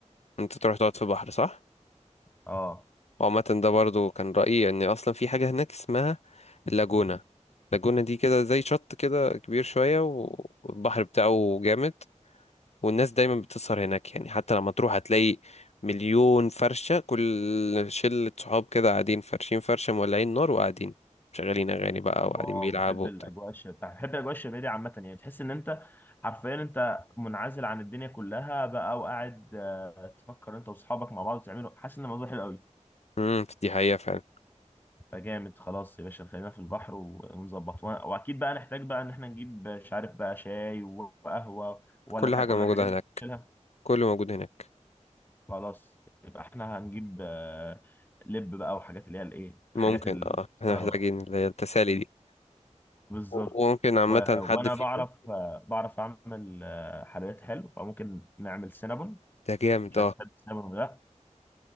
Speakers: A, on the left; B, on the left.
A: انت تروح تقعد في بحر صح
B: اه
A: وعامة ده برضو كان رأيي ان اصلا في حاجة هناك اسمها اللاجونة اللاجونة دي كده زي شط كده كبير شوية والبحر بتاعه جامد والناس دايما بتسهر هناك يعني حتى لما تروح هتلاقي مليون فرشة كل شلة صحاب كده قاعدين فرشين فرشة مولعين نار وقاعدين شغالين أغاني بقى وقاعدين
B: واو
A: بيلعبوا
B: بحب
A: وبتاع
B: الاجواء الشبابيه بحب الاجواء الشبابيه دي عامه يعني تحس ان انت حرفيا انت منعزل عن الدنيا كلها بقى وقاعد آه، تفكر انت واصحابك مع بعض تعملوا حاسس ان الموضوع حلو قوي
A: امم دي حقيقة فعلا
B: فجامد خلاص يا باشا خلينا في البحر و- ونظبط وأنا- واكيد بقى نحتاج بقى ان احنا نجيب مش عارف بقى شاي وقهوه ولا
A: كل
B: الحاجة
A: حاجة
B: ولا
A: موجودة
B: الحاجات دي
A: هناك
B: نشيلها
A: كله موجود هناك
B: خلاص يبقى احنا هنجيب آه، لب بقى وحاجات اللي هي الايه حاجات
A: ممكن
B: السهره
A: اه احنا محتاجين
B: بقى
A: اللي هي التسالي دي
B: بالظبط
A: و- وممكن عامة
B: و... وانا
A: حد فيكم
B: بعرف آه، بعرف اعمل آه، حلويات حلو فممكن نعمل سينابون
A: ده جامد
B: مش عارف
A: اه
B: تحب السينابون ولا لا